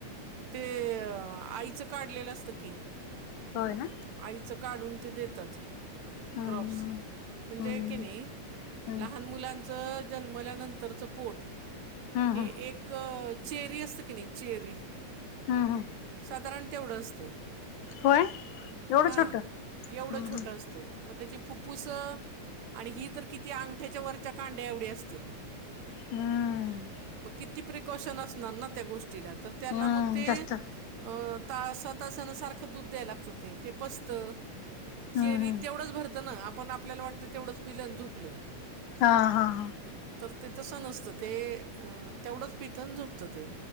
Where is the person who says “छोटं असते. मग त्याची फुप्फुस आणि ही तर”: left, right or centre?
Right